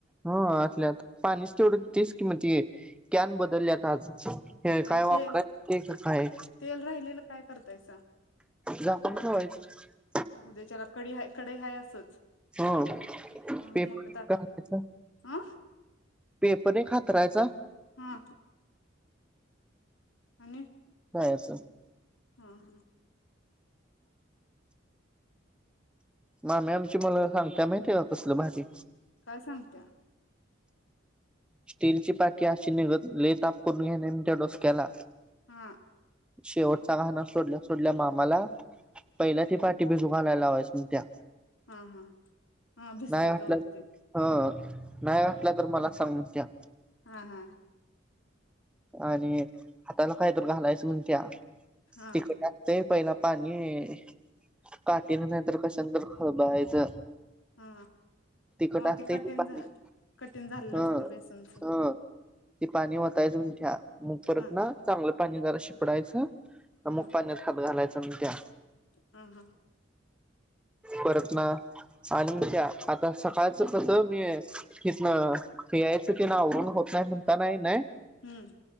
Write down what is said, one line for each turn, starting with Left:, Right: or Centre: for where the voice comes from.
Centre: ह आतल्या आत पाणीच तेवढ तेच कि म ते कॅन बदलल्यात आज हे
Left: आणि
Centre: काय
Left: तेल
Centre: वापराय <unintelligible> काय,
Left: तेल राहिलेलं काय करतायसा?
Centre: झाकण ठेवायच. <inaudible>
Left: उद्या च्याला कडी हाय. कढई हाय असंच
Centre: हा
Left: हा
Centre: पेपर
Left: मोठं ताट
Centre: <unintelligible> चा
Left: अ
Centre: पेपर एक हातरायचा
Left: हा. आणि
Centre: बाय अस
Left: हा हा.
Centre: मामी आमची मला सांगत्या नई ते कसलं भारी
Left: काय सांगत्या?
Centre: स्टीलची पाटी अशी निघत, लई ताप करून घ्याय नई म्हणत्या डोसक्याला
Left: हा.
Centre: शेवटचा घाणा सोडल्या सोडल्या मामाला, पयल्या ती पाठी भिजू घालायला लावायच. <unintelligible> त्या
Left: हा हा हा भिजत्या
Centre: नाय वाटलं
Left: तवर ते
Centre: ह नाही घाटला तर मला सांग म्हणस त्या
Left: हा हा.
Centre: आणि हाताला काय तर घालायचं म्हणत्या.
Left: हा
Centre: तिकट असतय पयला पाणी काटीन नाही तर कशानं तर खळबळायचं
Left: हा
Centre: तिखट
Left: हा
Centre: असतंय
Left: ते कठीण
Centre: पाणी
Left: झा, कठीण झालेलं
Centre: ह
Left: असतय बेसनच
Centre: ह ते पाणी वतायच म्हण त्या मग परतन
Left: हा
Centre: चांगलं पाणी गारा शिपडायचं अमुक
Left: हा
Centre: पाण्यात हात घालायच म्हणत्या
Left: हा हा
Centre: परत ना आणि त्या आता सकाळच कसं मी हिथनं प्यायचं तेन आवरून होत नाय, म्हणतान कीनय
Left: हम्म.